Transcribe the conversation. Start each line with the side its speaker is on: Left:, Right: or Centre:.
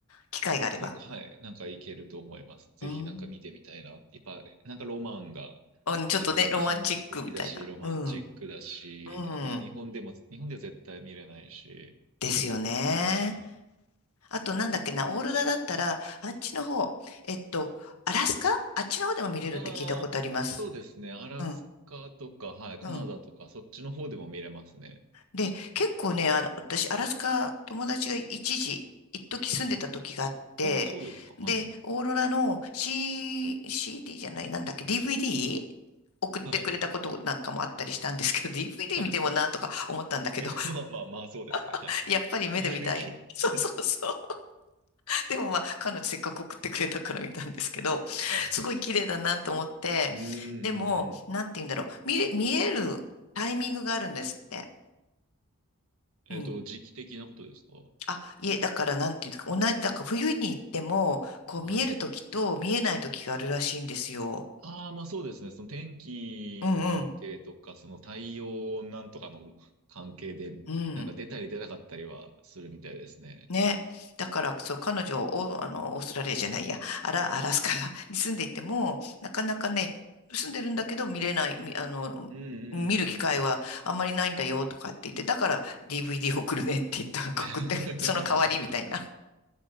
Left: 機会があれば。
Right: それか、はい。なんかいけると思います。ぜひなんか見てみたいな。
Left: うん。
Right: やっぱ、なんかロマンが
Left: うん、ちょっとね、
Right: ありますね。
Left: ロマンチックみたいな。
Right: 神秘的だし、ロマンチックだし、
Left: うん、うん。
Right: な日本でも、日本では絶対見れないし。
Left: ですよね。
Right: はい。
Left: あと、なんだっけな、オーロラだったら、あっちの方、えっと、アラスカあっちの方でも見れるって聞いたことあります。
Right: ああ、そうですね。アラスカとか、
Left: うん、
Right: はい。カナダとか、
Left: うん。
Right: そっちの方でも見れますね。
Left: で、結構ね、あら、私、アラスカ、友達が一時、一時住んでた時があって、
Right: ああ、そうですか。はい。
Left: で、オーロラの C、CD じゃない、なんだっけ、DVD? 送ってくれたことなんかもあったりしたんですけど、
Right: はい。
Left: DVD
Right: はい。
Left: 見てもなとか思ったんだけど、
Right: <laughs> えまあまあまあ、そうですね。
Left: <laughs>
Right: はい。
Left: やっぱり目で見たい。
Right: <laughs> DVD。
Left: そうそうそう。でもまあ、彼女せっかく送ってくれたから見たんですけど、すごい綺麗だなと思って、
Right: はいはい。うんうんうん。
Left: でも、なんて言うんだろう、見れ、見えるタイミングがあるんですって。
Right: えっと、
Left: うん。
Right: 時期的なことですか
Left: あ、いえ、だからなんていうんですか、同じ、だから冬に行っても、こう見える時と見えない時があるらしいんですよ。
Right: はい。ああ、まあそうですね。その天気の関係とか、
Left: うんうん。
Right: その太陽なんとかの関係で、
Left: うん。
Right: なんか出たり出なかったりはするみたいですね。
Left: ね。だから、そう、彼女を、あの、オーストラリアじゃないや、アラ、アラスカ <laughs> に住んでいても、なかなかね、住んでるんだけど見れない、みあの、
Right: うんうんうんうんうん。
Left: 見る機会はあんまりないんだよとかって言って、だから DVD 送るねって言った、<laughs> 送って、
Right: <laughs>
Left: その代わりみたいな。